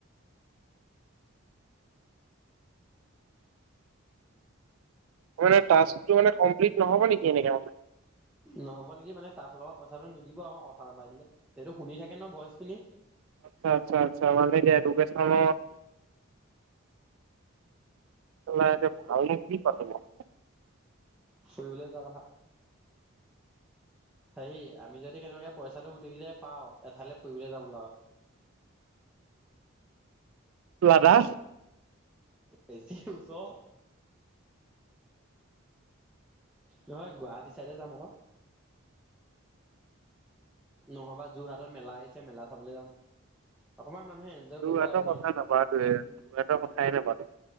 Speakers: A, on the right; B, in the centre.
A: অ', মানে টাস্কটো মানে কমপ্লিট নহব নেকি এনেকে মানে?
B: নহ'ব নেকি মানে, তাৰ ফালৰ পৰা পইচাটো নিদিব আকৌ কথা নাপাতিলে। সেইটো শুনি থাকে নহয় ভইচ খিনি।
A: আচ্ছা, আচ্ছা, আচ্ছা, <unintelligible> এদুৱেকচনত <unintelligible> এতিয়া ভাল নো কি পাতো বাৰু।
B: ফুৰিবলৈ যাওঁ আহা। হেৰি আমি যদি কেনেকেবাকে পইচাটো গোটেইকেইটাই পাওঁ, এঠাইলে ফুৰিবলে যাম ওলাবা।
A: লাডা
B: য, বেছি ওচৰ হল। নহয় গুৱাহাটী চাইডে যাম আকৌ। নহবা যোৰহাটত মেলা আহিছে, মেলা চাবলৈ যাম। অকমান মানুহে এনজয়
A: যোৰহাটৰ
B: কৰিব লাগে
A: কথা
B: ন
A: নাপাতোৱে, যোৰহাটৰ কথাই নাপাতো।